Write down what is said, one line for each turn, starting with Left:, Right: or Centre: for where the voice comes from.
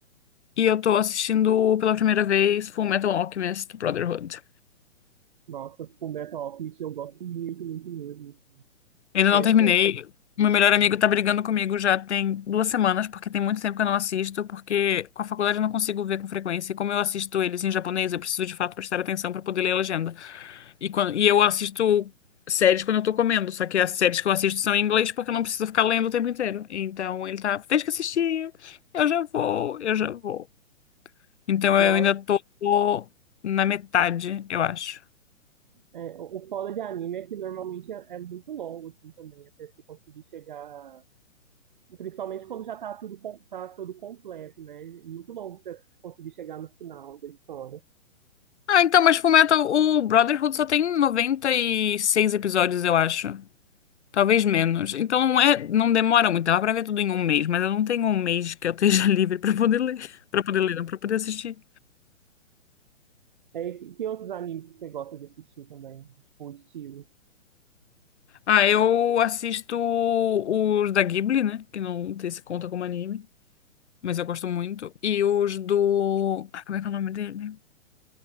Left: e eu tô assistindo pela primeira vez Fullmetal Alchemist Brotherhood.
Right: Nossa, Fullmetal Alchemist eu gosto muito, muito mesmo.
Left: Ainda não
Right: É,
Left: terminei.
Right: eu,
Left: Meu melhor amigo tá brigando comigo já tem duas semanas, porque tem muito tempo que eu não assisto, porque com a faculdade eu não consigo ver com frequência. E como eu assisto eles em japonês, eu preciso de fato prestar atenção pra poder ler a legenda. E, quando, e eu assisto séries quando eu tô comendo, só que as séries que eu assisto são em inglês porque eu não preciso ficar lendo o tempo inteiro. Então ele tá, deixa que assistir, eu já vou, eu já vou. Então
Right: nossa,
Left: eu ainda tô na metade, eu acho.
Right: é, o o foda de anime é que normalmente é, é muito longo, assim, também, até se conseguir chegar... Principalmente quando já tá tudo, com- tá tudo completo, né? É muito longo até você conseguir chegar no final da história.
Left: Ah, então, mas Fullmetal, o Brotherhood só tem 96 episódios, eu acho. Talvez menos. Então não é, não demora muito. Dá pra ver tudo em um mês, mas eu não tenho um mês que eu esteja <laughs> livre pra poder ler. Pra poder ler, não, para poder assistir.
Right: É, e que, que outros animes que você gosta de assistir também? Tipo, o estilo.
Left: Ah, eu assisto os da Ghibli, né? Que não sei se conta como anime, mas eu gosto muito. E os do. Ah, como é que é o nome dele?